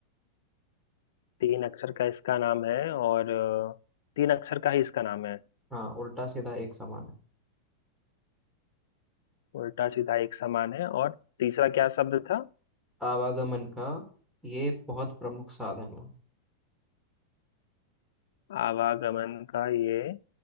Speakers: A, on the left (about 80°); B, in the centre.
A: तीन अक्षर का इसका नाम है और अ, तीन अक्षर का ही इसका नाम है
B: हाँ उल्टा सीधा एक समान है
A: उल्टा सीधा एक समान है और तीसरा क्या शब्द था
B: आवागमन का ये बहुत प्रमुख साधन है
A: आवागमन का ये